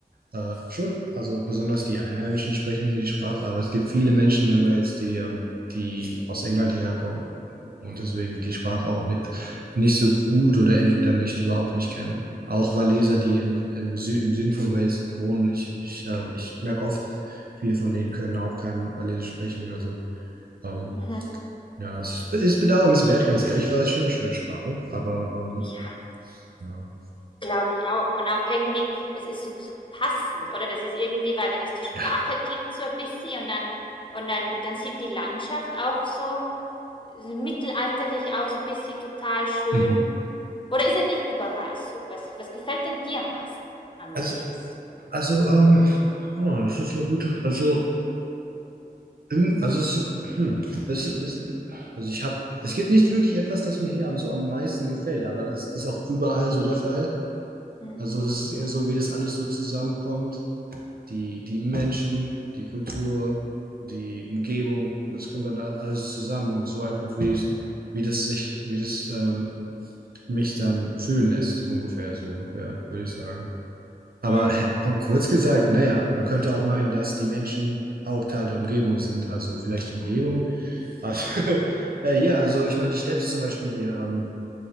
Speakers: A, on the right; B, on the left.
A: äh, schon, also besonders die Einheimischen sprechen hier die Sprache, aber es gibt viele Menschen in Wales, die, ähm, die aus England hierher kommen. und deswegen die Sprache auch nicht, nicht so gut oder entweder nicht überhaupt nicht kennen. Auch Waliser, die in, im, Sü im Süden von Wales wohnen, ich, ich, äh, ich merke oft, viele von denen können auch kein Walisisch sprechen. Also ähm,
B: Mhm.
A: ja, es ist, ist bedauernswert, ganz ehrlich, weil es schon eine schöne Sprache, aber ähm,
B: Ja,
A: ja.
B: glaube ich auch. Und auch irgendwie, es ist so, so passend, oder? Das ist irgendwie, weil dann ist die Sprache
A: ja.
B: klingt so ein bisschen und dann, und dann, dann sieht die Landschaft auch so mittelalterlich aus, ein bisschen total schön.
A: Mhm.
B: Oder ist es nicht überall so? Was, was gefällt denn dir am meisten an
A: Also,
B: Wales?
A: also ähm, oh, das ist eine gute, also Irgend- Also es, hm, es, es, also ich habe, es gibt nicht wirklich etwas, das mir hier am, so am meisten gefällt, aber das ist auch überall so der Fall.
B: Mhm.
A: Also das ist eher so, wie das alles so zusammenkommt. Die, die Menschen, die Kultur, die Umgebung, das kommt dann a- alles zusammen und so einfach, wie es, wie das sich, wie das ähm, mich dann fühlen lässt, ungefähr, so ungefähr, würde ich sagen. Aber
B: Mhm.
A: äh, und kurz gesagt, naja, man könnte auch meinen, dass die Menschen auch Teil der Umgebung sind. Also vielleicht die Umgebung. Also, <laughs> äh, ja, also ich meine, die Städte zum Beispiel hier, ähm,